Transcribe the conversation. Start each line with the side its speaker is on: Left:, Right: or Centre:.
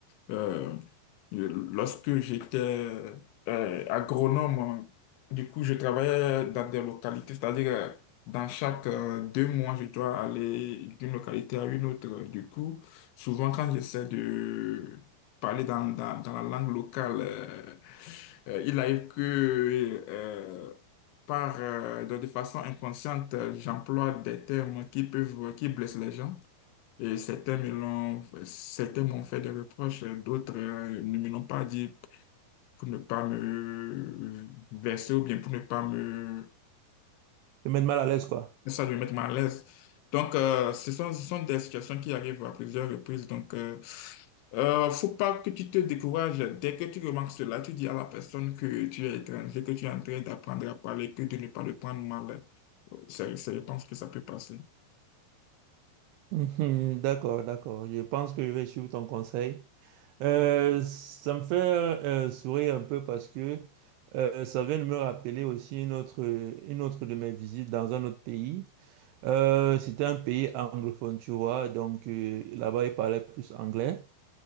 Left: Euh, lorsque j'étais euh, agronome, du coup, je travaillais dans des localités, c'est-à-dire euh, dans chaque euh, deux mois, je dois aller d'une localité à une autre. Du coup, souvent quand j'essaie de parler dans, dans, dans la langue locale, euh, euh, il arrive que euh, par, euh, de, de façon inconsciente, euh, j'emploie des termes qui peuvent, qui blessent les gens. Et certains me l'ont, certains m'ont fait des reproches, d'autres euh, ne me l'ont pas dit pour ne pas me verser ou bien pour ne pas me,
Right: Te mettre mal à l'aise, quoi.
Left: ça, me mettre mal à l'aise. Donc, euh, ce sont, ce sont des situations qui arrivent à plusieurs reprises. Donc, euh, euh, faut pas que tu te décourages. Dès que tu remarques cela, tu dis à la personne que tu es étranger, que tu es en train d'apprendre à parler, que de ne pas le prendre mal. C'est, c'est- je pense que ça peut passer.
Right: Mhm, D'accord, d'accord. Je pense que je vais suivre ton conseil. Euh, ça me fait euh, sourire un peu parce que euh, ça vient de me rappeler aussi une autre, une autre de mes visites dans un autre pays. Euh, c'était un pays anglophone, tu vois. Donc euh, là-bas, ils parlaient plus anglais.